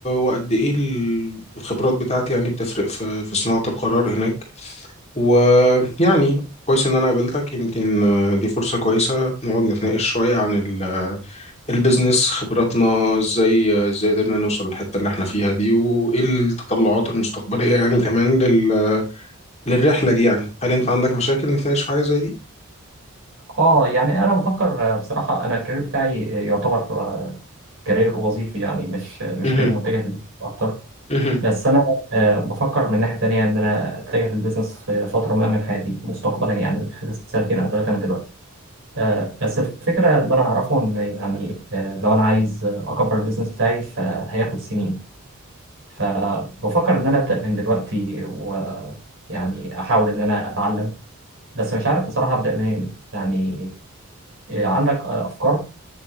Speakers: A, on the left; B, on the right.
A: وقد إيه ال- الخبرات بتاعتي يعني بتفرق في... في صناعة القرار هناك ويعني كويس إن أنا قابلتك يمكن آه، دي فرصة كويسة نقعد نتناقش شوية عن ال... البيزنس خبراتنا إزاي إزاي قدرنا نوصل للحتة اللي إحنا فيها دي وإيه التطلعات المستقبلية يعني كمان لل... للرحلة دي يعني هل أنت عندك مشاكل نتناقش في حاجة زي دي؟
B: اه يعني انا بفكر آه، بصراحه انا الكارير بتاعي آه، يعتبر آه، كارير وظيفي يعني مش مش
A: مهم.
B: كارير متجه اكتر
A: مهم.
B: بس انا آه، بفكر من ناحيه تانية ان انا اتجه للبيزنس في فتره ما من حياتي مستقبلا يعني خلال سنتين او ثلاثه من دلوقتي آه، بس الفكره اللي انا اعرفه ان يعني آه، لو انا عايز اكبر البيزنس بتاعي فهياخد سنين فبفكر إن أنا أبدأ من دلوقتي ويعني أحاول إن أنا أتعلم بس مش عارف بصراحة أبدأ منين يعني إيه، عندك آه، أفكار؟